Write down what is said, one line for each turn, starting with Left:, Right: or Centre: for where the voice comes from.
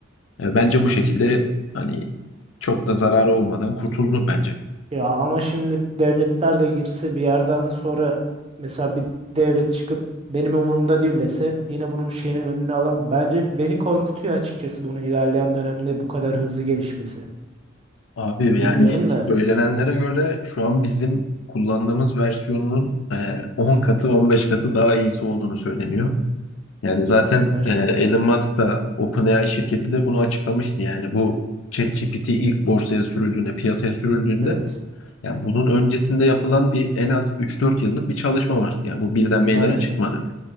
Left: E, bence bu şekilde hani çok da zararı olmadan kurtulunur bence.
Right: Ya ama şimdi devletler de girse bir yerden sonra mesela bir devlet çıkıp benim umurumda değil dese yine bunun şeyini önüne alıp bence beni korkutuyor açıkçası bunu ilerleyen dönemde bu kadar hızlı gelişmesi.
Left: Abi
Right: Bilmiyorum
Left: yani
Right: da
Left: söylenenlere göre şu an bizim kullandığımız versiyonunun e, 10 katı 15 katı daha iyisi olduğunu söyleniyor. Yani zaten
Right: gerçekten.
Left: e, Elon Musk da OpenAI şirketi de bunu açıklamıştı. Yani bu ChatGPT ilk borsaya sürüldüğünde, piyasaya sürüldüğünde
Right: Evet.
Left: yani bunun öncesinde yapılan bir en az 3-4 yıllık bir çalışma var. Yani bu birden meydana
Right: Aynen.
Left: çıkmadı.